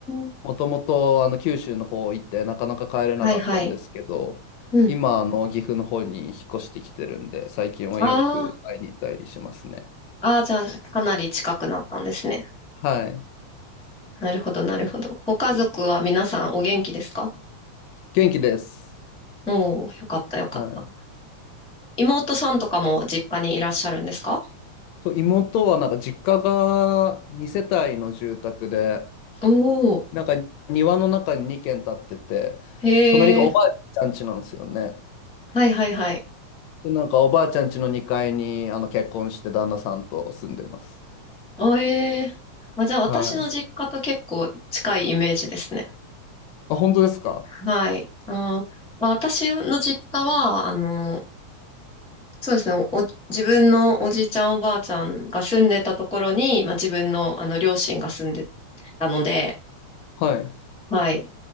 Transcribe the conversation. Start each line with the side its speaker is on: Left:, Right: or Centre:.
Centre: ー。
Left: もともとあの九州の方行ってなかなか帰れなかったんですけど、
Centre: はいはい。うん。
Left: 今あの岐阜の方に引っ越してきてるんで、最近はよく会いに行ったりしますね。
Centre: ああ、ああ、じゃあ、かなり近くなったんですね。
Left: はい。
Centre: なるほど、なるほど。ご家族は皆さんお元気ですか
Left: 元気です。
Centre: おー、よかった、よかった。
Left: はい。
Centre: 妹さんとかも実家にいらっしゃるんですか
Left: そう妹はなんか実家が2世帯の住宅で、
Centre: おー。
Left: なんか庭の中に2軒建ってて、
Centre: へえ。
Left: 隣がおばあちゃん家なんですよね。
Centre: はいはいはい。
Left: で、なんかおばあちゃん家の2階にあの結婚して旦那さんと住んでます。
Centre: あ、ええ。まあ、じゃあ、私の実家と結構近いイメージですね。
Left: はい。あ、本当ですか
Centre: はい。あー、まあ、私の実家は、あの、そうですね、お、お自分のおじいちゃんおばあちゃんが住んでたところに、まあ、自分の、あの両親が住んでたので、
Left: はい。
Centre: はい、